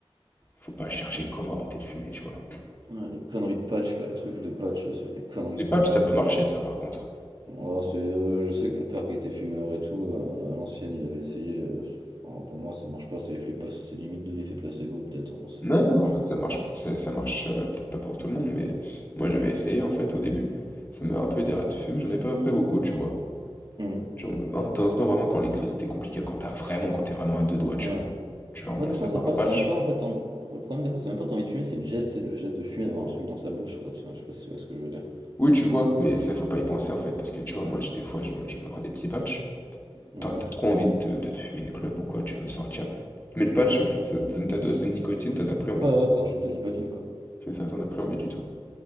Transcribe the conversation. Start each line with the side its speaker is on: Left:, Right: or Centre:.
Left: faut pas chercher
Right: les
Left: comment arrêter de fumer, tu vois.
Right: ouais, les conneries de patch, là, les trucs de patch, ça, c'est des conneries
Left: Les
Right: pour
Left: patchs,
Right: moi.
Left: ça peut marcher, ça, par contre.
Right: Oh, c'est, heu, je sais que mon père qui était fumeur et tout, heu, à l'ancienne, il avait essayé, heu, oh, pour moi, ça marche pas, c'est l'effet pas c'est limite de l'effet placebo peut-être, hein, j'en sais
Left: Non,
Right: rien
Left: non,
Right: franchement.
Left: en fait, ça marche, p- ça, ça marche euh, peut-être pas pour tout le monde, mais moi j'avais essayé en fait au début. Ça m'avait un peu aidé à arrêter de fumer, j'en ai pas pris beaucoup, tu vois.
Right: Mmh
Left: Genre, un de temps en temps, vraiment, quand les crises étaient compliquées, quand t'as vraiment, quand t'es vraiment à deux doigts, tu
Right: Ouais.
Left: vois. Tu remplaces
Right: Ouais, des fois,
Left: ça
Right: c'est
Left: par
Right: le problème,
Left: un patch.
Right: c'est même pas, en fait, en le problème, des fois, c'est même pas tu envie de fumer, c'est le geste, c'est le geste de fumer, d'avoir un truc dans sa bouche, quoi, tu vois? Je sais pas si tu vois ce que je veux dire?
Left: Oui, tu vois, mais ça, faut pas y penser en fait, parce que tu vois, moi j'ai des fois, je, je me prends des petits patchs.
Right: Mmh
Left: T'as t'as trop envie de, te de te fumer une clope ou quoi, tu veux sortir. Mais le patch, ça te donne ta dose de nicotine, t'en as plus envie.
Right: Ouais, ouais, t'as un shoot de nicotine, quoi.
Left: C'est ça, t'en as plus envie du tout.